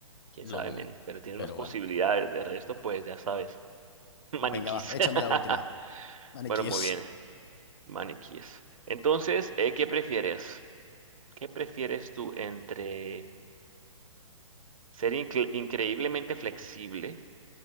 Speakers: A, on the right (about 80°); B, on the left (about 45°).
A: quién
B: Lo
A: sabe,
B: dudo.
A: men, pero tienes
B: Pero
A: más posibilidades.
B: bueno.
A: De resto, pues ya sabes, <laughs> maniquís.
B: Venga, va, échame
A: <laughs>
B: la última. Maniquíes.
A: Bueno, muy bien, maniquíes. Entonces, eh, ¿qué prefieres? ¿Qué prefieres tú entre... Ser incre- increíblemente flexible,